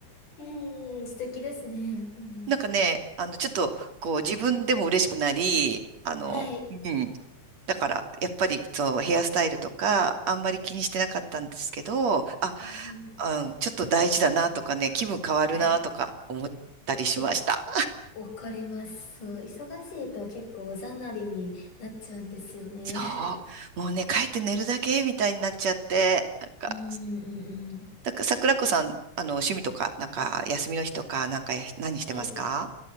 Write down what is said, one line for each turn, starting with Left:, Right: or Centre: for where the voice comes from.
Left: うんうん。素敵ですね。うん。
Right: なんかね、あの、ちょっとこう自分でも嬉しくなり、あの、
Left: はい。
Right: うんだから、やっぱり、そう、ヘアスタイルとか、あんまり気にしてなかったんですけど、あ、
Left: うんうん。
Right: うん、ちょっと大事だなとかね、気分変わるなとか思ったりしました。
Left: <laughs> いや、わかります。そう、忙しいと結構おざなりになっちゃうんですよね。
Right: そう。もうね、帰って寝るだけみたいになっちゃって、
Left: <laughs>
Right: なんか、
Left: うんうんうん。
Right: だから桜子さん、あの、趣味とか、なんか、休みの日とか、なんか、何してますか
Left: はい。